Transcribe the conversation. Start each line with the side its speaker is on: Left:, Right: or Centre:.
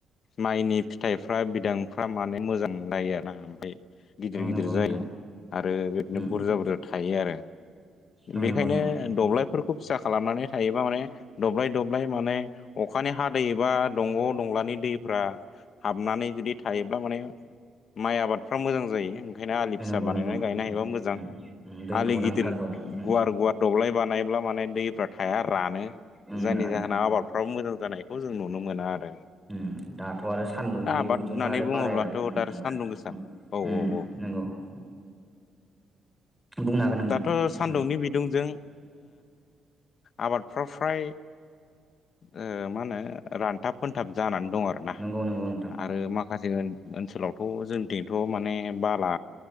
Left: माइनि फिथाइफ्रा बिदांफ्रा माने मोजां जायो आरो ना ओमफ्राय गिदिर
Centre: ओं
Left: गिदिर
Centre: नंगौ
Left: जायो
Centre: नोंथां
Left: आरो बिदिनो
Centre: उम
Left: बुरजा बुरजा थायो आरो ।
Centre: ओं
Left: बेखायनो
Centre: नंगौ नंगौ
Left: दब्लायफोरखौ फिसा खालामनानै हायोबा माने दब्लाय दब्लाय माने अखानि हादैै एबा दंग' दंलानि दैफ्रा हाबनानै जुदि थायोब्ला माने माइ आबादफ्रा मोजां जायो। ओंखायनो आलि
Centre: ओं
Left: फिसा
Centre: नंगौ
Left: बानायनानै
Centre: नंगौ
Left: गायनो
Centre: उम
Left: हायोबा मोजां,
Centre: उम उम दैखौ
Left: आलि
Centre: नांथारगौ
Left: गिदिर
Centre: उम
Left: गुवार गुवार दबलाय बानायब्ला माने दैफ्रा थाया रानो,
Centre: उम
Left: जायनि
Centre: रानो
Left: जाहोना आबादफ्राबो मोजां जानाय खौ जों नुनो मोना आरो।
Centre: ओं दाथ' आरो सान्दुंनि
Left: आबाद
Centre: बिदुङा
Left: होननानै
Centre: आरो
Left: बुङोब्लाथ'
Centre: बारायबाय ओं
Left: दा आरो
Centre: ओं
Left: सान्दुं गोसा
Centre: ओं
Left: औ
Centre: ओं
Left: औ औ
Centre: नंगौ। <inaudible> बुंनो हागोन नोंथां
Left: दाथ' सान्दुंनि
Centre: ओं
Left: बिदुंजों आबादफाव फ्राय ओ मा होनो रानथाब फोनथाब जानानै दं आरो ना
Centre: नंगौ नंगौ नोंथां
Left: आरो माखासे ओनसोलावथ' जोंथिथ' माने बाला